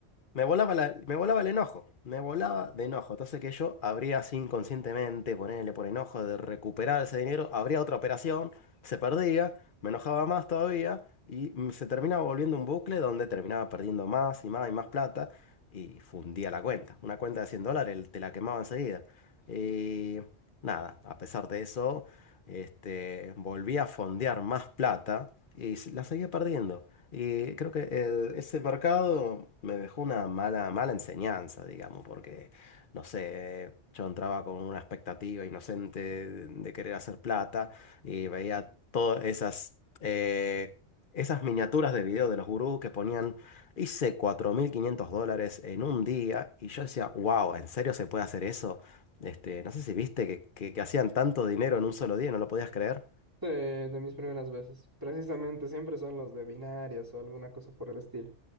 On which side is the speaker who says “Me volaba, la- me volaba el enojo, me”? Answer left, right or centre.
Left